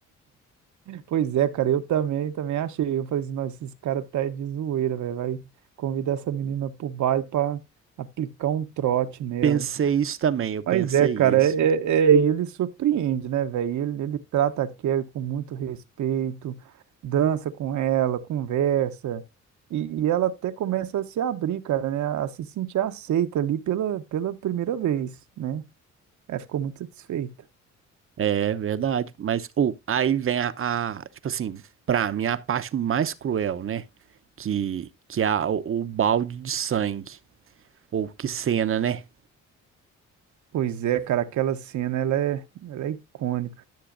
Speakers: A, on the right; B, on the right.
A: Pois é, cara, eu também, também achei. Eu falei assim, nossa, esses caras tá de zoeira, velho. Vai convidar essa menina pro baile pra aplicar um trote nela.
B: Pensei isso também, eu pensei
A: Mas é, cara,
B: isso.
A: é, é- é- ele surpreende, né, velho? Ele, ele trata a Kelly com muito respeito, dança com ela, conversa. E, e ela até começa a se abrir, cara, né? A se sentir aceita ali pela, pela primeira vez, né? Ela ficou muito satisfeita.
B: É verdade, mas ou aí vem a, a, tipo assim, pra mim a parte mais cruel, né? Que que é a, o, o balde de sangue. Ou que cena, né?
A: Pois é, cara, aquela cena, ela é, ela é icônica.